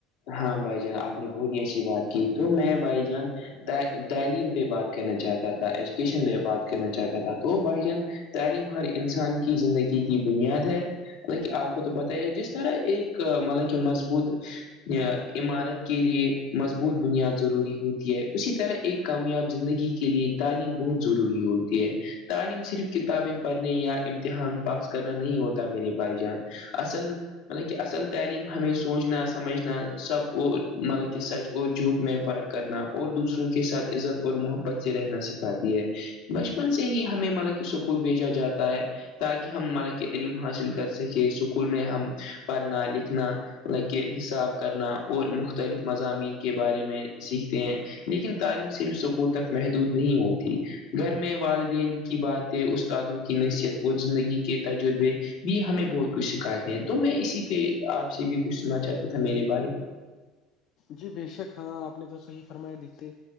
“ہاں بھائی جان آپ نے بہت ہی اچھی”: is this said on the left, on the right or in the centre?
Left